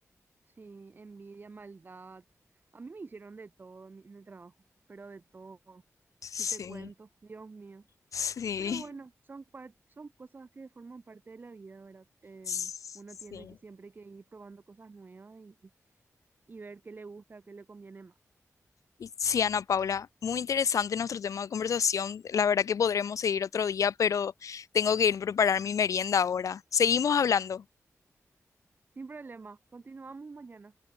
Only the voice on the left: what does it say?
Sí,
sí,
sí.
Y sí, Ana Paula, muy interesante nuestro tema de conversación. La verdad que podremos seguir otro día, pero tengo que ir a preparar mi merienda ahora. Seguimos hablando.